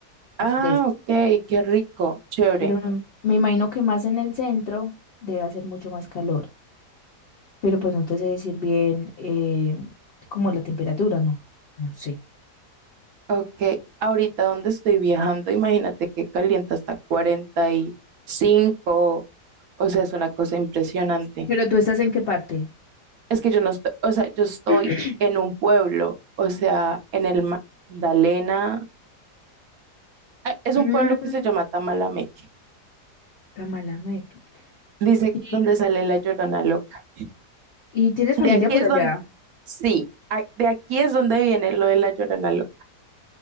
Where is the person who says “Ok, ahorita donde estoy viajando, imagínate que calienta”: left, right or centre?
Right